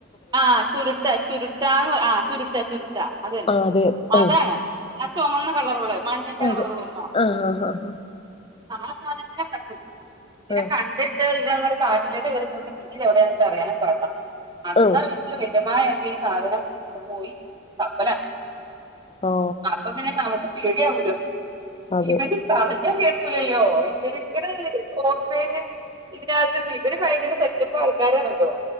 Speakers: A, on the right (about 20°); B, on the left (about 25°).
A: ആ ചുര്ട്ട ചുര്ട്ടാന്ന് ആ ചുര്ട്ടാ ചുര്ട്ടാ അത്
B: ആ അതെ ആ
A: അതാണ് ആ ചൊമന്ന കളറുള്ള മണ്ണിന്റെ കളറുള്ള
B: അതെ
A: ഇതോ
B: ആ ആ ആ
A: ആ സാധത്തിനെ കണ്ടു പിന്നെ
B: ആ
A: കണ്ടിട്ട്- പിന്നെങ്ങട്ട് കാട്ടിലേക്ക് കേറിപോയിട്ട് പിന്നത് എവിടെന്ന് ഞങ്ങക്ക് അറിയാനുപാടില്ല <unintelligible>
B: ആ ആ
A: ഈ സാധനം പോയി തപ്പല
B: ഓ
A: അപ്പൊ പിന്നെ നമു പേടിയാവോല്ലോ
B: അതെ
A: ഇവന് പറഞ്ഞ കേ ക്കൂല്ലല്ലോ <unintelligible> ഇതിനകത്തും ഇവര് ഭയങ്കര സെറ്റപ്പ് ആള്ക്കാരാണല്ലോ